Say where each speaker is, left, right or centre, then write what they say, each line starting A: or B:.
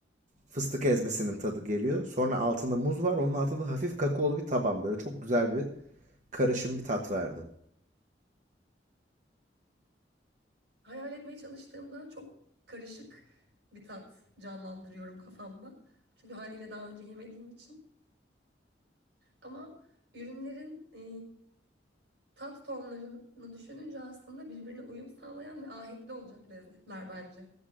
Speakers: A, on the right (about 45°); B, on the right (about 85°).
A: Fıstık ezmesinin tadı geliyor. Sonra altında muz var. Onun altında hafif kakaolu bir taban. Böyle çok güzel bir karışım bir tat verdi.
B: hayal etmeye çalıştığımda çok karışık bir tat canlandırıyorum kafamda. Çünkü haliyle daha önce yemediğim için. Ama ürünlerin e, tat tonlarını düşününce aslında birbirine uyum sağlayan ve ahenkli olacak lezzetler bence.